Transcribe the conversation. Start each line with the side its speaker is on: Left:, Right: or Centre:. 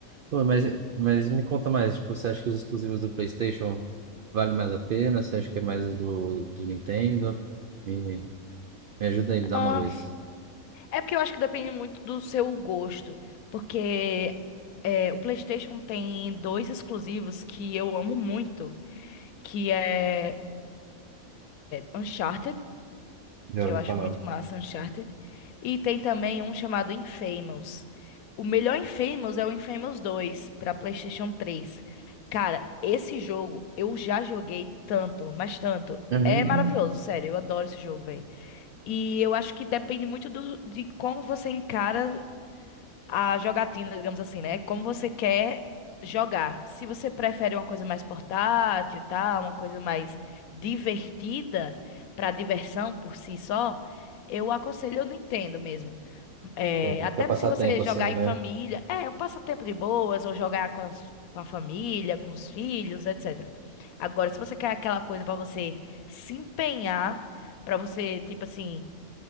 Right: Pô, mas, mas me conta mais, tipo, você acha que os exclusivos do PlayStation valem mais a pena? Você acha que é mais do, do Nintendo? Me, me ajuda aí, me dá
Left: Ah,
Right: uma luz.
Left: é porque eu acho que depende muito do seu gosto. Porque É, o PlayStation tem dois exclusivos que eu amo muito, que é Uncharted,
Right: Já
Left: que
Right: ouvi
Left: eu acho
Right: falar.
Left: muito massa, Uncharted, e tem também um chamado Infamous. O melhor Infamous é o Infamous 2 para PlayStation 3. Cara, esse jogo eu já joguei tanto, mas tanto.
Right: É mesmo?
Left: É maravilhoso, sério, eu adoro esse jogo, velho. E eu acho que depende muito do- de como você encara a jogatina, digamos assim, né? Como você quer jogar. Se você prefere uma coisa mais portátil, tá? Uma coisa mais divertida para diversão por si só, eu aconselho o Nintendo mesmo. É,
Right: Tem,
Left: até
Right: pra passar
Left: se você
Right: tempo
Left: jogar
Right: assim, né?
Left: em família, é um passatempo de boas, ou jogar com as- com a família, com os filhos, etc. Agora, se você quer aquela coisa para você se empenhar, para você, tipo assim,